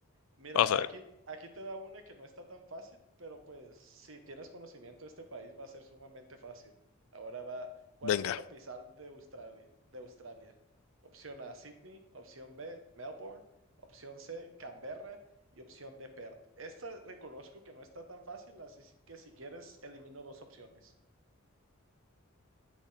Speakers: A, on the right; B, on the left.
A: Mira,
B: Vamos a ver,
A: aquí, aquí te da una que no está tan fácil, pero pues si tienes conocimiento de este país va a ser sumamente fácil. Ahora va, ¿cuál
B: venga.
A: es la capital de Australia? De Australia? Opción A, Sydney, opción B, Melbourne, opción C, Canberra y opción D, Perth. Esta reconozco que no está tan fácil, así que si quieres elimino dos opciones.